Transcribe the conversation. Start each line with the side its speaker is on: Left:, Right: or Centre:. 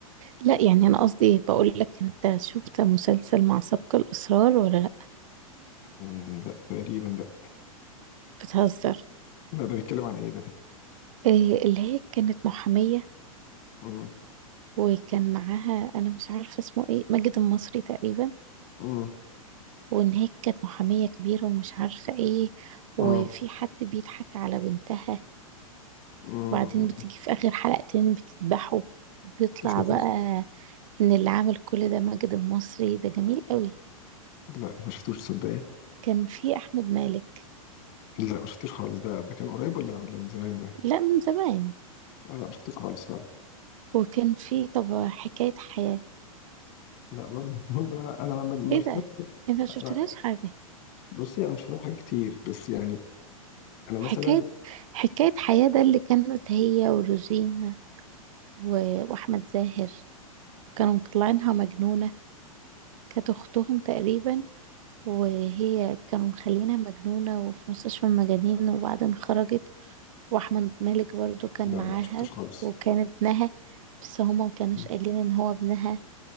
Right: لا يعني انا قصدي بقول لك انت شفت مسلسل مع سبق الاصرار ولا لا
Left: آه، لا تقريبا لا
Right: بتهزر
Left: لا ده بيتكلم عن ايه ده؟
Right: إيه اللي هي كانت محامية
Left: مم.
Right: وكان معاها انا مش عارفة اسمه ايه ماجد المصري تقريبا
Left: مم.
Right: وان هي كانت محامية كبيرة ومش عارفة ايه
Left: مم.
Right: وفي حد بيضحك على بنتها
Left: مم.
Right: وبعدين بتيجي في اخر حلقتين بتذبحه بيطلع
Left: يا ساتر.
Right: بقى ان اللي عمل كل ده ماجد المصري ده جميل قوي
Left: لا ما شفتوش تصدقي
Right: كان في احمد مالك
Left: لا ما شفتوش خالص ده ده كان قريب ولا ولا من زمان ده؟
Right: لا من زمان
Left: آه، لا ما شفتوش خالص فعلا
Right: وكان في طب حكاية حياة
Left: لا برضه <laughs> انا انا ما ما- ما
Right: ايه
Left: شفتلهاش-
Right: ده انت ما شفتلهاش
Left: لا، انا
Right: حاجة
Left: بصي انا مش فاهم حاجات كتير بس يعني انا مثلا
Right: حكاية حكاية حياة ده اللي كانت هي وروجينا و- واحمد زاهر كانوا مطلعينها مجنونة كانت اختهم تقريبا وهي كانوا مخلينها مجنونة وفي مستشفى المجانين وبعدين خرجت واحمد مالك برضو كان
Left: لا
Right: معاها
Left: لا شفتوش خالص
Right: وكان ابنها بس هما مكانوش
Left: مم.
Right: قايلين ان هو ابنها